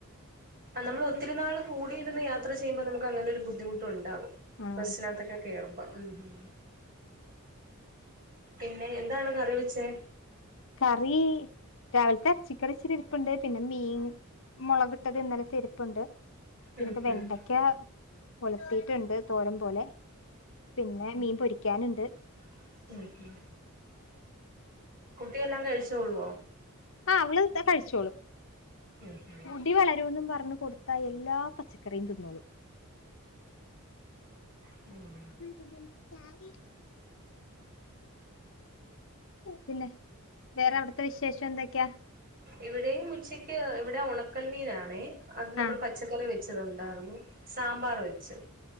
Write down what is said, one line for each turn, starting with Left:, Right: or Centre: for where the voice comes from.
Right: നമ്മൾ ഒത്തിരി നാൾ കൂടിയിരുന്ന് യാത്ര ചെയ്യുമ്പോ നമുക്ക് അങ്ങനെ ഒരു ബുദ്ധിമുട്ട് ഒണ്ടാവും.
Left: ആഹ്
Right: ബസ്സിനകത്തൊക്കെ കേറും പ മ് മ് പിന്നെ എന്താണ് കറി വെച്ചേ?
Left: കറി രാവിലത്തെ എറച്ചിക്കറി ഇച്ചിരി ഇരിപ്പുണ്ട്, പിന്നെ മീൻ മൊളകിട്ടത് ഇന്നലത്തെ ഇരിപ്പുണ്ട്. പിന്നെ
Right: ഉം
Left: ഇപ്പ വെണ്ടക്ക
Right: ഉം
Left: ഒലത്തിയിട്ടിണ്ട് തോരം പോലെ പിന്നെ മീൻ പൊരിക്കാനിണ്ട്.
Right: മ് മ് കുട്ടിയെല്ലാം കഴിച്ചോള്ളുവോ?
Left: ആ അവള് ക്കെ കഴിച്ചോളും
Right: ഉം ഉം
Left: മുടി വളരൂന്നും പ <unintelligible> കൊടുത്ത എല്ലാ പച്ച കറിയും തിന്നോളും.
Right: മ്
Left: ആ സ പിന്നെ വേറെ അവിടത്തെ വിശേഷം എന്തൊക്കെയാ?
Right: ഇവിടെയും ഉച്ചയ്ക്ക് ഇവിടെ ഉണക്കൽമീനാണേ അത് നമ്മള്
Left: ആ
Right: പച്ചക്കറി വെ ച്ചത് ഉണ്ടായിരുന്നു സാമ്പാർ വെച്ചു